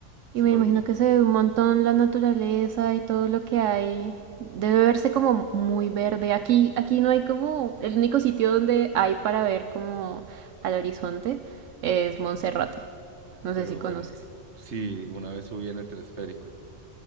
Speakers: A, on the right (about 65°); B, on the right (about 80°).
A: súper
B: y me imagino
A: bonito.
B: que se ve un montón la naturaleza y todo lo que hay. Debe verse como muy verde. Aquí, aquí no hay como el único sitio donde hay para ver como al horizonte es Monserrate. No
A: Pero
B: sé si conoces.
A: bueno, sí, una vez subí en el telesférico.